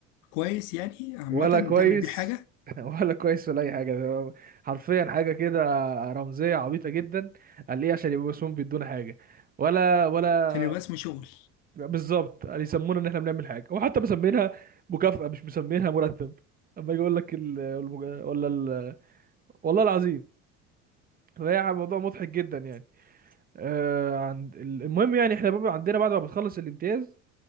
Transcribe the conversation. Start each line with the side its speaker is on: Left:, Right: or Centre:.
Left: كويس يعني عامه
Right: ولا كويس
Left: تعمل بيه حاجه
Right: <laughs> ولا كويس ولا اي حاجة ده حرفيا حاجة كده رمزية عبيطة جدا قال ليه عشان يبقوا اسمهم بيدونا حاجة ولا ولا
Left: عشان يبقى اسمه شغل
Right: بالظبط قال يسمونا ان احنا بنعمل حاجة وحتى مسمينها مكافأة مش مسمينها مرتب اما يجي يقول لك ال... المج... ولا ال... والله العظيم فهي موضوع مضحك جدا يعني آه عند المهم يعني احنا بقى عندنا بعد ما بتخلص الامتياز